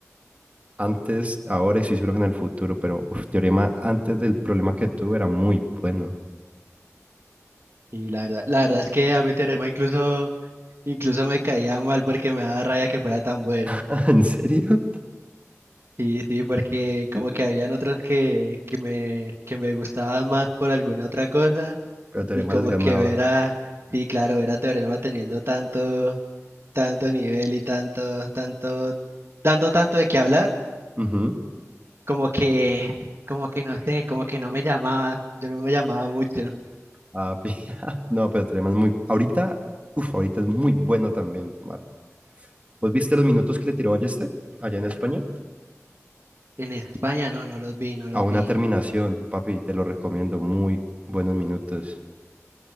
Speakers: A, on the right; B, on the right.
A: antes, ahora y estoy seguro que en el futuro, pero uf, Teorema antes del problema que tuve era muy bueno.
B: Y la verdad, la verdad es que a mi teorema incluso, incluso me caía mal porque me daba rabia que fuera tan bueno.
A: <laughs> ¿En serio?
B: Sí, sí, porque como que habían otros que, que me, que me gustaban más por alguna otra cosa
A: Pero Teorema
B: y como
A: les ganaba.
B: que ver a, sí, claro, ver a Teorema teniendo tanto, tanto nivel y tanto, tanto, dando tanto de qué hablar,
A: Ujú.
B: como que, como que no sé, como que no me llamaba, yo no me llamaba mucho.
A: Ah, pi- <laughs> No, pero Teorema es muy... Ahorita, uf, ahorita es muy bueno también, Mar. ¿Vos viste los minutos que le tiró a este allá en España?
B: En España no, no los vi, no los
A: A una
B: vi.
A: terminación, papi, te lo recomiendo. Muy buenos minutos.